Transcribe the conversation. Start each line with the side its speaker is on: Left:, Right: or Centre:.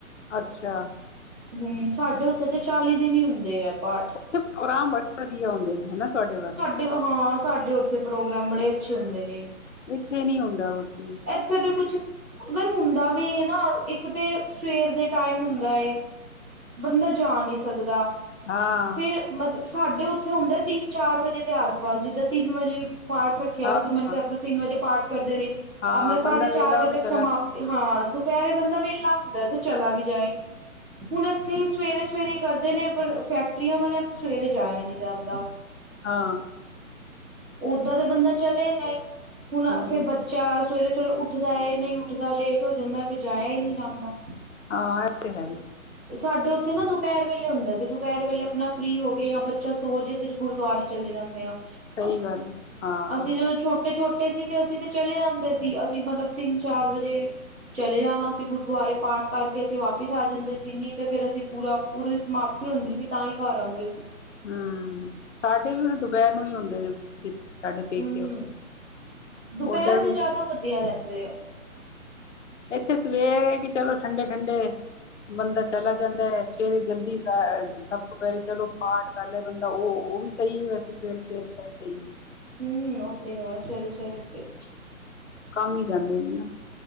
Left: ਅੱਛਾ।
Right: ਹਮ ਸਾਡੇ ਉੱਥੇ ਤੇ ਚਾਲੀ ਦਿਨ ਹੀ ਹੁੰਦੇ ਆ ਪਾਠ।
Left: ਇੱਥੇ ਪ੍ਰੋਗਰਾਮ ਬੜੇ ਵਧੀਆ ਆਉਂਦੇ ਨੇ ਹਨਾ ਤੁਹਾਡੇ ਵੱਲ,
Right: ਤੇ ਹਾਂ ਸਾਡੇ ਉੱਥੇ ਪ੍ਰੋਗਰਾਮ ਬੜੇ ਅੱਛੇ ਹੁੰਦੇ ਨੇ,
Left: ਇੱਥੇ ਨੀ ਹੁੰਦਾ ਕੁਛ ਵੀ,
Right: ਉੱਥੇ ਤੇ ਕੁਛ ਅਗਰ ਹੁੰਦਾ ਵੀ ਹੈ ਨਾ, ਇੱਕ ਤਾਂ ਸਵੇਰ ਦੇ ਟਾਈਮ ਹੁੰਦਾ ਏ, ਬੰਦਾ ਜਾ ਨਹੀਂ ਸਕਦਾ,
Left: ਹਾਂ,
Right: ਫੇਰ ਮਤਲਬ ਸਾਡੇ ਉੱਥੇ ਹੁੰਦਾ, ਤਿੰਨ -ਚਾਰ ਵਜੇ ਦੇ ਆਸ ਪਾਸ ਜਿੱਦਾਂ ਤਿੰਨ ਵਜੇ ਪਾਠ ਰੱਖਿਆ
Left: ਹਾਂ,
Right: ਸੁਖਮਨ ਸਾਹਿਬ
Left: ਹਾਂ
Right: ਜੀ ਦਾ, ਤਿੰਨ ਵਜੇ ਪਾਠ ਕਰਦੇ ਨੇ,
Left: ਹਾਂ
Right: ਆਪਣਾ
Left: ਬੰਦਾ
Right: ਸਾਢੇ
Left: ਵੇਹਲਾ
Right: ਚਾਰ ਵਜੇ
Left: ਹੋ ਕੇ
Right: ਤੱਕ ਸਮਾਪਤ,
Left: ਚਲਾ
Right: ਤੇ ਹਾਂ ਦੁਪਹਿਰੇ ਬੰਦਾ ਵੇਹਲਾ ਹੁੰਦਾ ਤੇ ਚਲਾ ਵੀ ਜਾਏ, ਹੁਣ ਇੱਥੇ ਸਵੇਰੇ- ਸਵੇਰੇ ਕਰਦੇ ਨੇ, ਪਰ ਫੈਕਟਰੀਆਂ ਵਾਲਿਆਂ ਕੋਲੋ ਸਵੇਰੇ ਜਾਇਆ ਨਈ ਜਾਂਦਾ,
Left: ਹਾਂ
Right: ਓਦਾਂ ਦਾ ਬੰਦਾ ਚਲੇ ਜਾਏ, ਹੁਣ
Left: ਹੂੰ,
Right: ਫੇਰ ਬੱਚਾ ਸਵੇਰੇ- ਸਵੇਰੇ ਉੱਠ ਉੱਠਦਾ ਨਹੀਂ ਉੱਠਦਾ ਲੇਟ ਹੋ ਜਾਂਦਾ ਫਿਰ ਜਾਇਆ ਹੀ ਨਈ ਜਾਂਦਾ,
Left: ਹਾਂ ਤੇ ਹੈ ਹੀ।
Right: ਸਾਡੇ ਉੱਥੇ ਨਾ ਦੁਪਹਿਰ ਵੇਲੇ ਹੁੰਦਾ, ਤੇ ਦੁਪਹਿਰ ਵੇਲੇ ਆਪਣਾ ਫ੍ਰਰੀ ਹੋ ਗਏ ਜਾਂ ਬੱਚਾ ਸੋ ਜੇ ਤੇ, ਗੁਰਦੁਆਰੇ ਚਲੇ ਜਾਂਦੇ ਆਾ,
Left: ਸਹੀ
Right: ਅ
Left: ਗੱਲ ਏ। ਹਾਂ,
Right: ਅਸੀਂ ਜਦੋਂ ਛੋਟੇ -ਛੋਟੇ ਛੋਟੇ ਸੀ ਤੇ ਅਸੀਂ ਤੇ ਚਲੇ ਜਾਂਦੇ ਸੀ, ਅਸੀਂ ਮਤਲਬ ਤਿੰਨ ਚਾਰ ਵਜੇ, ਚਲੇ ਜਾਣਾ ਸੀ ਗੁਰਦੁਆਰੇ ਪਾਠ ਕਰਕੇ ਅਸੀਂ ਵਾਪਿਸ ਆ ਜਾਂਦੇ ਸੀ, ਨਈ ਤੇ ਫੇਰ ਅਸੀਂ ਪੂਰਾ ਪੂਰੀ ਸਮਾਪਤੀ ਹੁੰਦੀ ਸੀ, ਤਾਂ ਈ ਘਰ ਆਂਦੇ ਸੀ।
Left: ਹਮ ਸਾਡੇ ਵੀ ਉੇਰੇ ਦੁਪਹਿਰ ਨੂੰ ਹੀ ਆਉਦੇ ਨੇ, ਸਾਡੇ ਪੇਕੇ
Right: ਹੂੰ ਦੁਪਹਿਰ
Left: ਓਧਰ
Right: ਦੇ
Left: ਵੀ,
Right: ਜ਼ਿਆਦਾ ਵਧੀਆ ਰਹਿੰਦੇ ਆ।
Left: ਇੱਥੇ ਸਵੇਰੇ ਕਿ ਚਲੋ ਠੰਡੇ -ਠੰਡੇ, ਬੰਦਾ ਚਲਾ ਜਾਂਦਾ ਐ, ਸਵੇਰੇ ਜਲਦੀ ਅ ਸਭ ਤੋਂ ਪੇਹਲੇ ਚਲੋ ਪਾਠ ਕਰ ਲਿਆ ਬੰਦਾ ਉਹ -ਉਹ ਵੀ ਸਹੀ ਏ, ਵੈਸੇ ਸਵੇਰੇ- ਸਵੇਰੇ ਸਹੀ ਏ,
Right: ਹਮ ਓਹ ਤੇ ਹੈ ਸਵੇਰੇ- ਸਵੇਰੇ ਉੱਠਕੇ,
Left: ਕੰਮ ਵੀ ਜਾਂਦੇ ਨੇ ਨਾ,